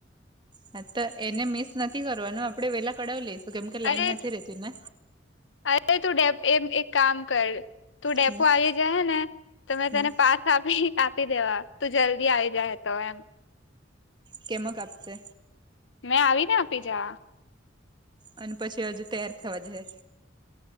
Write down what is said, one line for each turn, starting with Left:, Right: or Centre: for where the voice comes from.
Right: હા તો એને મિસ નથી, કરવાનું આપડે વેલા કડાવી લઈશું કેમ કે લાઈન
Left: અરે
Right: નથી રેતી ને
Left: અરે તું ડે એમ એક કામ કર તું ડેપો
Right: હમ
Left: આવી જાહેને તો મેં
Right: હમ
Left: તને પાસ <unintelligible> આપી દેવા તું જલ્દી આવી જાય, તો એમ
Right: કેમાંક આપજે
Left: મેં આવીને આપી જવા
Right: અને પછી હજુ તૈયાર થવા જશે,